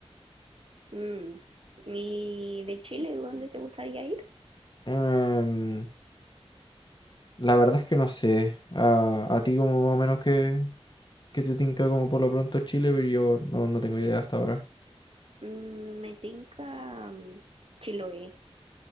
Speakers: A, on the right (about 60°); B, on the left (about 45°).
A: Mm, ¿Y de Chile, dónde te gustaría ir?
B: Em, la verdad es que no sé. A, a ti como más o menos que, que te tinca como por lo pronto Chile, pero yo no, no tengo idea hasta ahora.
A: Mm, me tinca mm, Chiloé